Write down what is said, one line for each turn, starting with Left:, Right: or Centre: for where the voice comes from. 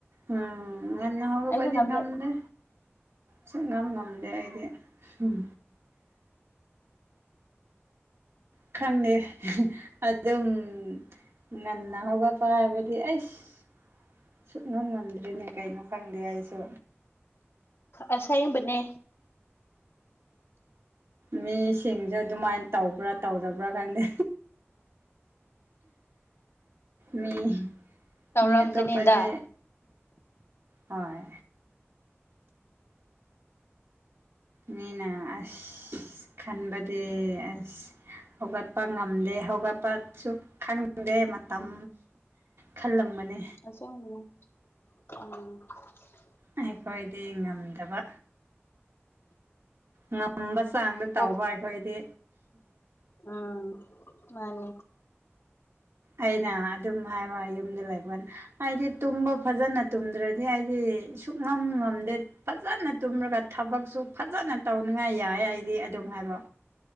Right: ꯎꯝ ꯉꯟꯅ ꯍꯧꯕ
Left: ꯑꯩꯁꯨ
Right: ꯄ ꯅꯗ
Left: ꯉꯝꯗꯦ
Right: ꯁꯨꯛ ꯉꯝ ꯉꯝꯗꯦ ꯑꯩꯗꯤ ꯎꯝ ꯈꯪꯗꯦ ꯑꯗꯨꯝ ꯉꯟꯅ ꯍꯧꯒꯠꯄ ꯍꯥꯏꯕꯗꯤ ꯑꯩꯁ ꯁꯨꯛꯅꯝ ꯉꯝꯗ꯭ꯔꯤꯅꯦ ꯀꯩꯅꯣ ꯈꯪꯗꯦ ꯑꯩꯁꯨ
Left: ꯑꯁꯦꯡꯕꯅꯦ
Right: ꯃꯤꯁꯤꯡꯁꯨ ꯑꯗꯨ ꯃꯥꯏꯅ ꯇꯧꯕ꯭ꯔꯥ ꯇꯧꯗꯕ꯭ꯔꯥ ꯈꯪꯗꯦ ꯃꯤ
Left: ꯇꯧꯔꯝꯒꯅꯤꯗ
Right: ꯃꯤ ꯑꯠꯇꯣ ꯄꯗꯤ ꯍꯣꯏ ꯃꯤꯅ ꯑꯁ ꯈꯟꯕꯗꯤ ꯑꯁ ꯍꯧꯒꯠꯄ ꯉꯝꯗꯦ ꯍꯧꯒꯠꯄꯁꯨ ꯈꯪꯗꯦ ꯃꯇꯝ ꯈꯜꯂꯝꯕꯅꯦ
Left: <unintelligible>
Right: ꯑꯩꯈꯣꯏꯗꯤ ꯉꯝꯗꯕ ꯉꯝꯕ ꯆꯥꯡꯗ ꯇꯧꯕ
Left: ꯑꯣ
Right: ꯑꯩꯈꯣꯏꯗꯤ
Left: ꯎꯝ ꯃꯥꯅꯤ
Right: ꯑꯩꯅ ꯑꯗꯨꯝ ꯍꯥꯏꯕ ꯌꯨꯝꯗ ꯂꯩꯕꯒꯟ ꯍꯥꯏꯗꯤ ꯇꯨꯝꯕ ꯐꯖꯅ ꯇꯨꯝꯗ꯭ꯔꯗꯤ ꯑꯩꯗꯤ ꯁꯨꯛꯉꯝ ꯉꯝꯗꯦ ꯐꯖꯅ ꯇꯨꯝꯃꯒ ꯊꯕꯛꯁꯨ ꯐꯖꯅ ꯇꯧꯅꯤꯉꯥꯏ ꯌꯥꯏ ꯑꯩꯗꯤ ꯑꯗꯨꯝ ꯍꯥꯏꯕ